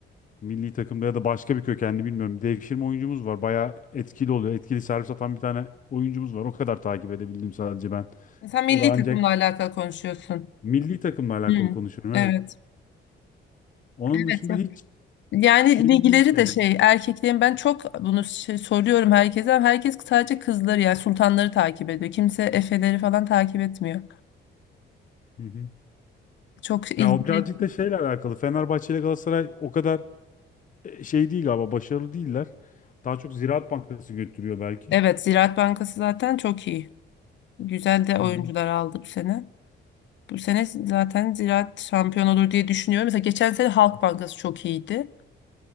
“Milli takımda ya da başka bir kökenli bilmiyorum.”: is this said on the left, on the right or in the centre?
Left